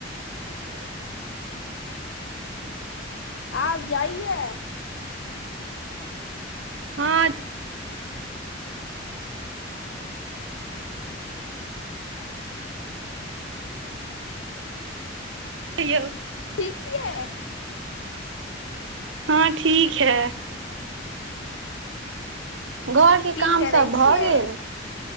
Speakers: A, on the right; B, on the left.
A: ओहि ख <inaudible>
B: आब जाइयैऽ?
A: हँ। त यौ <inaudible>
B: ठीक येऽ
A: हँ ठीक है। घर के
B: की
A: काम
B: करै
A: सब भऽ
B: छियै
A: गेल